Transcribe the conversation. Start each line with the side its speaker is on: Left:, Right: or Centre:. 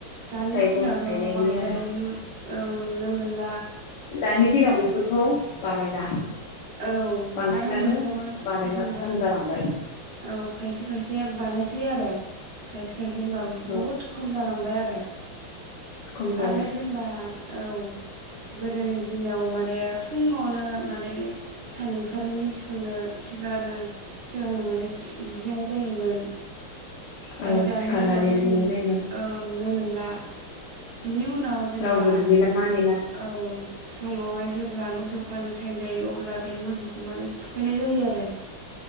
Right: दानि
Left: फिथाइ
Right: दिनावथ'
Left: बरा थायनायनि
Right: बांद्राय
Left: आरो
Right: नु औ नुनो मोनो
Left: दानि दिनाव बेफोरखौ बानायला।
Right: औ
Left: बांसिनानो
Right: आरो नुयोबाबो
Left: बानायला
Right: जेनेबा
Left: खम जालांबाय
Right: औ खायसे खायसे या बानायसै आरो खायसे खायसे होनबाबो
Left: औ
Right: बुहुत खम जालांबाय आ रो।
Left: खम जाबाय
Right: आरो जेनेबा औ गोदोनि दिनाव माने फुङावनो माने सान ओंखारनि सिगांनो सिगां सिगांनो माने एसे दुगैनाय जायोमोन।
Left: औ
Right: आरो दानि
Left: सिखारनानै
Right: दिनावथ'
Left: दुगैनाय
Right: जों
Left: जायोमोन
Right: औ नुनो मोनो। ला बिनि उनाव जेनेबा
Left: रावबो दुगैला मानिला
Right: औ फुुङावहाय जेब ब्ला मोसौ खानो टाइम जायो अब्ला बे मोसौखौ माने थुखैनाय जायो आरो।